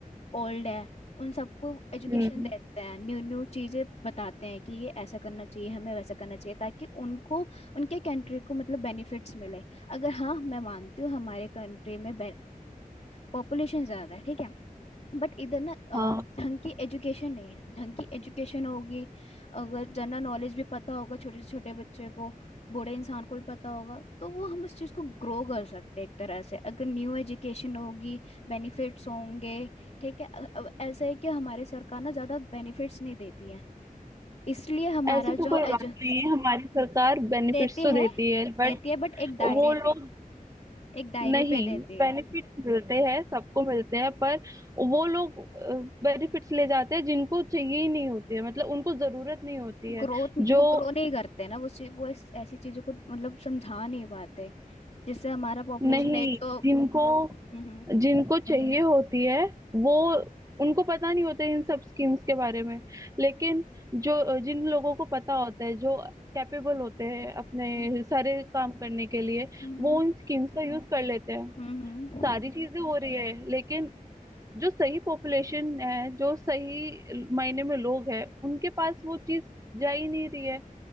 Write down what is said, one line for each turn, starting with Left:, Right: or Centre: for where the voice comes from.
Left: ओल्ड है उन सबको एजुकेशन
Right: हम्म,
Left: देते हैं न्यू न्यू चीजें बताते हैं कि ये ऐसा करना चाहिए हमें वैसा करना चाहिए ताकि उनको उनके कंट्री को मतलब बेनिफिट्स मिले अगर हाँ मैं मानती हूँ हमारे कंट्री में पॉपुलेशन ज्यादा है ठीक है बट इधर ना अ,
Right: हाँ
Left: ढंग की एजुकेशन नहीं है ढंग की एजुकेशन होगी अगर जनरल नॉलेज भी पता होगा छोटे से छोटे बच्चे को बूढ़े इंसान को भी पता होगा तो वो हम उस चीज़ को ग्रो कर सकते हैं एक तरह से अगर न्यू एजुकेशन होगी बेनिफिट्स होंगे ठीक है अ- अब ऐसा है कि हमारे सरकार ना ज्यादा बेनिफिट्स नहीं देती है इसलिए हमारा
Right: ऐसी तो
Left: जो
Right: कोई
Left: एज
Right: बात नहीं है हमारी सरकार बेनिफिट्स
Left: देती
Right: तो
Left: है
Right: देती है
Left: देती
Right: बट
Left: है बट एक दायरे
Right: वो लोग
Left: पे एक दायरे
Right: नहीं
Left: पे देती
Right: बेनिफिट्स
Left: है
Right: मिलते हैं सबको मिलते हैं पर वो लोग बेनिफिट्स ले जाते हैं जिनको चाहिए ही नहीं होती है मतलब उनको जरूरत नहीं होती है
Left: ग्रोथ
Right: जो
Left: वो ग्रो नहीं करते ना वो चीज- वो इस, ऐसी चीजों को मतलब समझा नहीं पाते जिससे हमारा पॉपुलेशन
Right: नहीं
Left: एक तो
Right: जिनको
Left: हम्म
Right: जिनको चाहिए होती है वो उनको पता नहीं होता है इन सब स्कीम्स के बारे में लेकिन जो जिन लोगों को पता होता है जो कैपेबल होते हैं अपने
Left: हम्म
Right: सारे काम करने के लिए
Left: हम्म
Right: वो
Left: हम्म
Right: उन स्कीम्स का यूज कर लेते हैं
Left: हम्म हम्म
Right: सारी चीजें हो रही है लेकिन जो सही पॉपुलेशन है जो सही मायने में लोग हैं उनके पास वो चीज जा ही नहीं रही है